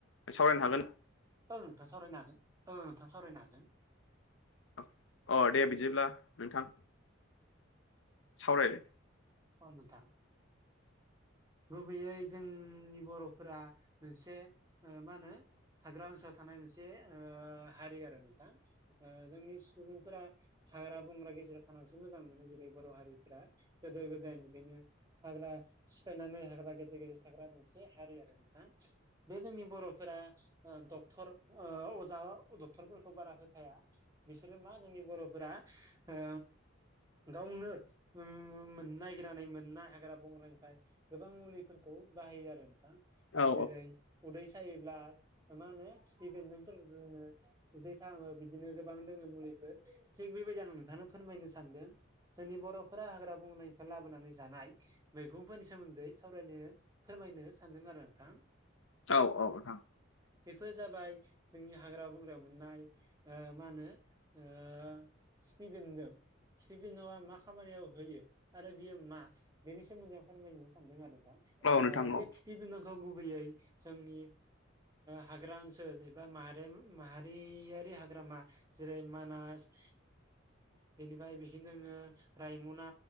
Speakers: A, on the left; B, on the right.
A: सावरायनो हागोन
B: औ नोंथाङा सावरायनो हागोन औ नोंथाङा सावरायनो हागोन।
A: अ दे बिदिब्ला नोंथां। सावरायदो
B: अ नोंथां। गुबैयै जोंनि बर'फोरा मोनसे मा होनो हाग्रा ओनसोलाव थानाय मोनसे हारि आरो नोंथां जोंनि सुबुंफोरा हाग्रा बंग्रा गेजेराव थानसो मोजां मोनो जेरै बर' हारि गोदो गोदायनिफ्रायनो हाग्रा सिफायनानै हाग्रा गेजेर गेजेर थाग्रा मोनसे हारि आरो नोंथाङ बे जोंनि बर'फोरा डक्टर अजा डक्टरफोरखौ बारा फोथाया बिसोरो मा जोंनि बर'फोरा ओ गावनो मोन नागिरनानै मोनाय हाग्रा बंग्रानिफ्राय गोबां मुलिफोरखौ बाहायो आरो नोंथां
A: औ
B: जेरै उदै सायोब्ला मा होनो सिफि बेन्दोंनफोरखौ जोंनो उदै फाहामो बिदिनो गोबां दोङो मुलिफोर थिग बेबायदि आं नोंथांनो फोरमायनो सानदों जोंनि बर'फोरा हाग्रा बंग्रा निफ्राय लाबोनानै जानाय मैफोरनि सोमोन्दै सावरायनो फोरमायनो सानदों आरो नोंथां।
A: औ औ नोंथां
B: बेफोर जाबाय जोंनि हाग्रा बंग्रायाव मोननाय मा होनो ओ सिफि बेनदों सिफि बेनावा माख खामानियाव होयो आरो बियो मा बेनि सोमोन्दैं फोरमायनो सानदों आरो दा
A: औ नोंथां
B: बे
A: औ
B: खिफि बेनदेंखौ गुबैयै जोंनि हाग्रा ओनसोल ओनसोल एबा माहारियारि हाग्रामा जेरै मानास बेनिफ्राय बेखनोङो रायमना